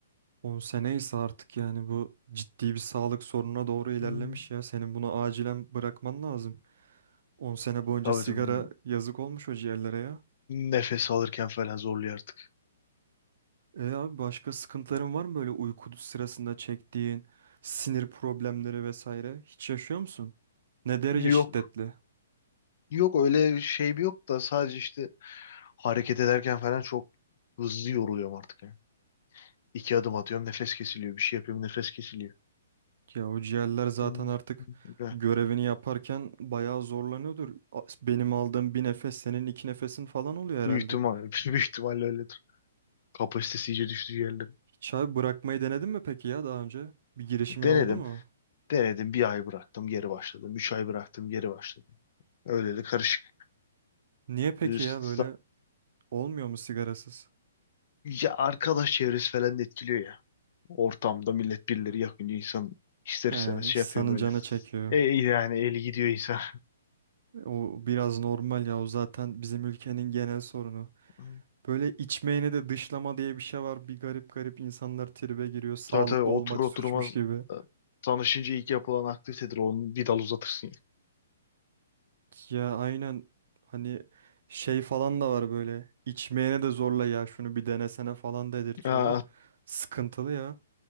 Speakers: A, on the right; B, on the left.
A: 10 sene ise artık yani bu ciddi bir sağlık sorununa doğru ilerlemiş
B: Hmm.
A: ya. Senin bunu acilen bırakman lazım. 10 sene boyunca
B: Tabii
A: sigara
B: tabii.
A: yazık olmuş o ciğerlere ya.
B: Nefes alırken falan zorluyor artık.
A: E abi başka sıkıntıların var mı böyle uyku sırasında çektiğin sinir problemleri vesaire? Hiç yaşıyor musun? Ne derece
B: Yok.
A: şiddetli?
B: Yok öyle şey bir yok da sadece işte hareket ederken falan çok hızlı yoruluyorum artık ya. İki adım atıyorum nefes kesiliyor. Bir şey yapıyorum nefes kesiliyor.
A: Ya o ciğerler zaten
B: Hmm,
A: artık
B: Öyle.
A: görevini yaparken bayağı zorlanıyordur. A- Benim aldığım bir nefes senin iki nefesin falan oluyor herhalde.
B: Büyük ihtimal, <laughs> büyük ihtimalle öyledir. Kapasitesi iyice düştüğü yerlerin.
A: Hiç abi bırakmayı denedin mi peki ya daha önce? Bir girişimin
B: Denedim.
A: oldu mu?
B: Denedim. Bir ay bıraktım. Geri başladım. Üç ay bıraktım. Geri başladım. Öyle de karışık.
A: Niye peki
B: Üst-
A: ya böyle olmuyor mu sigarasız?
B: Ya arkadaş çevresi falan da etkiliyor ya. Ortamda millet birileri yakınca insan ister
A: He,
B: istemez
A: insanın
B: şey yapıyor böyle.
A: canı çekiyor.
B: E, yani eli gidiyor insan.
A: O biraz normal ya o zaten bizim ülkenin genel sorunu.
B: <laughs>
A: Böyle içmeyeni de dışlama diye bir şey var. Bir garip garip insanlar tribe giriyor. Sağlıklı
B: Tabii tabii oturur
A: olmak suçmuş
B: oturmaz
A: gibi.
B: e, tanışınca ilk yapılan aktivitedir. Onu bir dal uzatırsın.
A: Ya aynen hani şey falan da var böyle. İçmeyene de zorla ya şunu bir denesene falan dedirtiyorlar.
B: ya
A: Sıkıntılı ya.